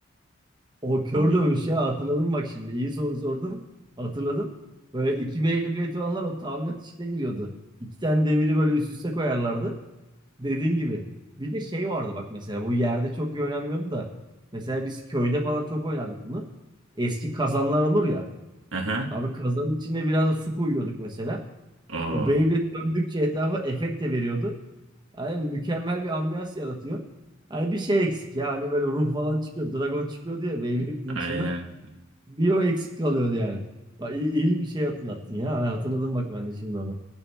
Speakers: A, on the right; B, on the right.
A: o
B: Çok
A: kör
B: iyi.
A: dövüş ya hatırladım bak şimdi. İyi soru sordun. Hatırladım. Böyle iki Beyblade olanlar o tamirat işine giriyordu. İki tane demiri böyle üst üste koyarlardı. Dediğin gibi. Bir de şey vardı bak mesela bu yerde çok iyi oynanmıyordu da. Mesela biz köyde falan çok oynardık bunu. Eski kazanlar olur ya.
B: Aha.
A: Abi kazanın içine biraz da su koyuyorduk mesela.
B: Oo,
A: O Beyblade döndükçe etrafa efekt de veriyordu. Hani mükemmel bir ambiyans yaratıyor. Hani bir şey eksik ya. Hani böyle ruh falan çıkıyor. Dragon çıkıyordu ya Beyblade'in
B: aynen.
A: içinden. Bir o eksik kalıyordu yani. Bak iyi, iyi bir şey hatırlattın ya. Hatırladım bak ben de şimdi onu.